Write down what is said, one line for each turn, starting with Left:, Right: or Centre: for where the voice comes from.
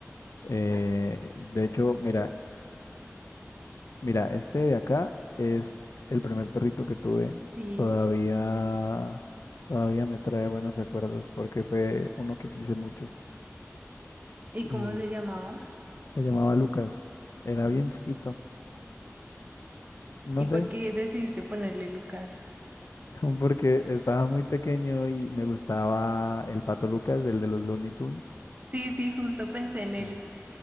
Left: Eh, de hecho, mira, mira, este de acá es el primer perrito que tuve.
Right: Sí.
Left: Todavía, todavía me trae buenos recuerdos porque fue uno que quise mucho
Right: ¿Y
Left: y
Right: cómo se llamaba?
Left: se llamaba Lucas. Era bien chiquito. No
Right: ¿Y por
Left: sé,
Right: qué decidiste ponerle Lucas?
Left: <laughs> porque estaba muy pequeño y me gustaba el Pato Lucas, el de los Looney Tunes.
Right: Sí, sí, justo pensé en él.
Left: Ujú.